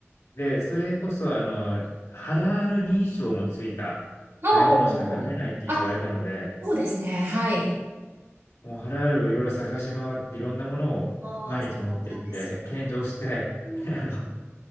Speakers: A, on the left; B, on the right.
A: で、それこそあの、ハラール認証のついた
B: ほうほうほうほう。
A: 食べ物しか食べれないって言われたので、
B: あ、そうですね。はい。
A: もうハラールをいろいろ探し回って、いろんなものを毎日持って行って、
B: ああ、そうなんですよ。
A: 献上して、
B: なる
A: <laughs> あの、